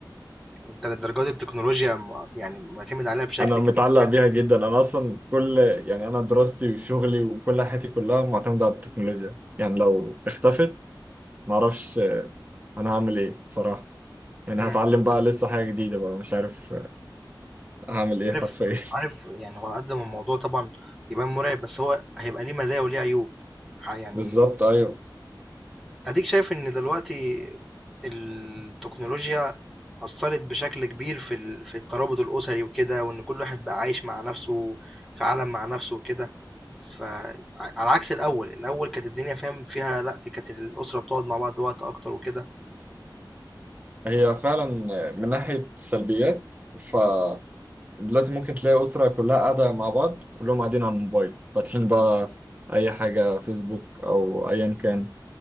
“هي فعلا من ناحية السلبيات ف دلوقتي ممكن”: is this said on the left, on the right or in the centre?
Right